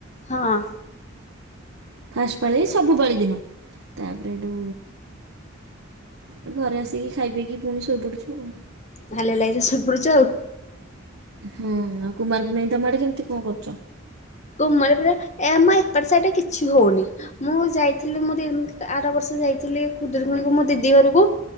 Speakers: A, on the left; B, on the right.
A: ହଁ।
B: ଫାଷ୍ଟ ପାଳି ସବୁ ପାଳି ଦିନ ତାପରେ ହେଠୁ ତାପରେ ଘରେ ଆସିକି ଖାଇ ପିଇକି ପୁଣି ଶୋଇପଡୁଛୁ ଆଉ।
A: ଭଲ ଲାଗିଲେ ଶୋଇପଡୁଛ ଆଉ।
B: ହଁ ଆଉ କୁମାର ପୂର୍ଣ୍ଣମୀ ତମ ଆଡେ କେମିତି କଣ କରୁଚ?
A: କୁମାର ପୁର୍ଣିମା ଏଇ ଆମ ଏପଟ ସାଇଟ୍ ରେ କିଛି ହୋ ଉନି। ମୁଁ ଯାଇଥିଲି ମୁଁ ଆର ବର୍ଷ ଯାଇଥିଲି ଖୁଦୁରୁକୁଣୀକୁ ମୋ ଦିଦି ଘରକୁ।